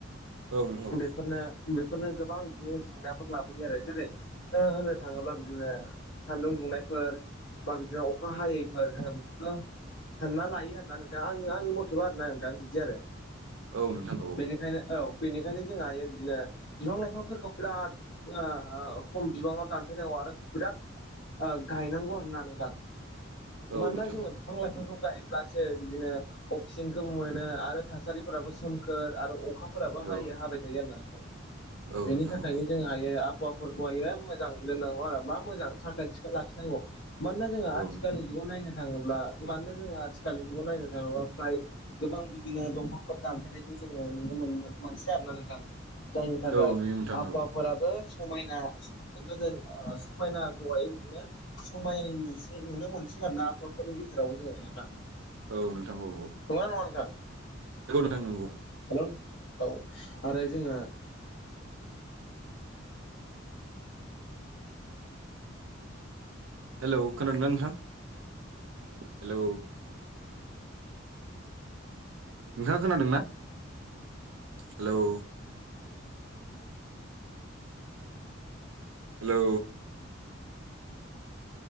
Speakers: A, on the right; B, on the left.
A: औ नंगौ
B: फोरनो बेफोरनो गोबां बिदिनो जेंनाफोर लाबोयो आरो जेरै ओ होननो थाङोब्ला बिदिनो सान्दुं दुंनायफोर बा बिदिनो अखा हायै जोंहा बेफोरखौथ' सानना लायो आरोना नोंथां आङो आंनि मथेबा आरोना नोंथां बिदि आरो
A: औ औ नोंथां औ
B: बेनिखायनो औ बेनिखायनो जोंहा बिदिनो बिफां लाइफांफोरखौ बिराद ओ खम बिबाङाव दानफायनांगौ आरो बिराद ओ गायनांगौ आरो ना नोंथां।
A: औ
B: मानोना
A: नोंथां
B: जोङो
A: औ
B: बिफां लाइफांखौ गायब्लासो बिदिनो अक्सिजेनखौबो मोनो आरो थासारिफोराबो सोमखोर आरो अखाफोराबो
A: औ
B: हायो हाबाय थायो आरो ना नोथां
A: औ
B: बेनि
A: नोंथां
B: थाखायनो
A: औ
B: जोङो हायो आबहावाफोरखौहायो मोजां दोननांगौ आरो मोजां साखोन सिखोन लाखिनांगौ। मानोना जोङो आथिखालनि
A: औ
B: जुगाव नायनो थाङोब्ला मानोना जोङो आथिखालनि जुगाव नायनो थाङोब्ला फ्राय गोबां बिदिनो दंफांफोर दानफायनायखौ जोङो नुनो मोनो मोनसेै आरोना नोंथां। जायनि थाखाय
A: औ नुयो नोंथां
B: आबहावाफोराबो
A: औ
B: समायना गोदो ओ समायनाखौहाय बिदिनो समाय नुसै नुनो मोनसै आरो ना आबहाफोरनि गेजेरावबो जोङो नोंथां नंगौ
A: औ नोंथां औ औ
B: ना नङा नोंथां
A: नंगौ नोंथां नंगौ
B: हेलौ औ आरो जोङो
A: हेलौ खोनादों ना नोंथां हेलौ नोंथाङा खोनादों ना? हेलौ हेलौ